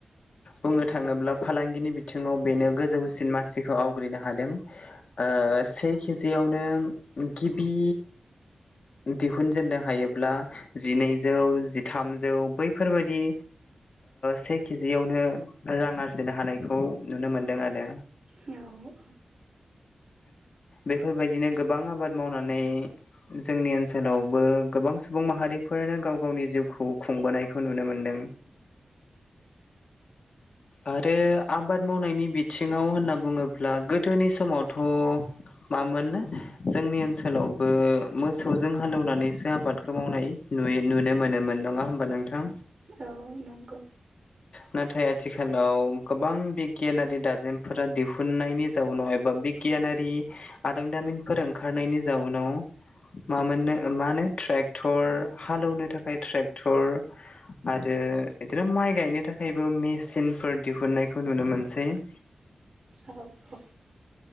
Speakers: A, on the left; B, on the right.
A: बुंनो थाङोब्ला फालांगिनि बिथिङाव बेनो गोजौसिन मासिखौ आवग्रिनो हादों ओ से केजियावनो गिबि दिहुनजेननो हायोब्ला जिनै जौ जिथामजौ बैफोरबायदि से केजियावनो रां आरजिनो हानायखौ नुनो मोनदों आरो
B: औ औ
A: बेफोरबायदिनो गोबां आबाद मावनानै जोंनि ओनसोलावबो गोबां सुबुं माहारिफोरानो गाव गावनि जिउखौ खुंबोनायखौ नुनो मोनदों आरो आबाद मावनायनि बिथिङाव होनना बुङोब्ला गोदोनि समावथ' मामोन जोंनि ओनसोलावबो मोसौजों हालेवनानैसो आबादखौ मावनाय नुयो नुनो मोनोमोन नङा होमबा नोंथां
B: औ नंगौ
A: नाथाय आथिखालाव गोबां बिगियानारि दाजेमफोरा दिहुननायनि जाउनाव एबा बिग गियानारि आदांदामिनफोर ओंखारनायनि जाउनाव मा मोननो मा होनो ट्रेक्टर हालेवनो थाखाय ट्रेक्टर आरो बिदिनो माइ गायनो थाखायबो मेचिनफोर दिहुननायखौ नुनो मोनसै <inaudible>
B: औ औ